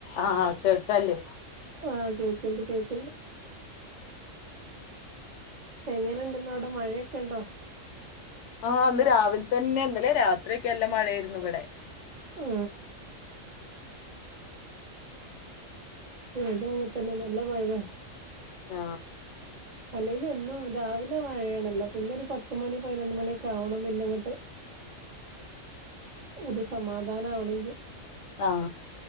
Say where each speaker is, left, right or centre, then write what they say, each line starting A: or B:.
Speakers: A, on the left; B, on the right.
A: ആ കേക്കാലെ
B: ആ കേക്ണ്ട് കേക്ക്ണ്ട് എങ്ങനെ ഇണ്ടിന്ന് അടെ മഴക്കെ ണ്ടോ
A: ആ ഇന്ന് രാവിലെ തന്നെ എന്നലെ രാത്രിയൊക്കെ നല്ല മഴയായിരുന്നു ഇവിടെ
B: ആ ഇവിടെ അങ്ങനെതന്നെ നല്ല മഴയാ
A: ആ
B: അല്ലേലും എന്നും രാവിലെ മഴയാണല്ലോ പിന്നെ ഒരു പത്തുമണി പതിനൊന്ന് മണിയൊക്കെ ആവണം പിന്നെ അങ്ങോട്ട് ഒരു സമാധാനം ആവണെങ്കി
A: ആ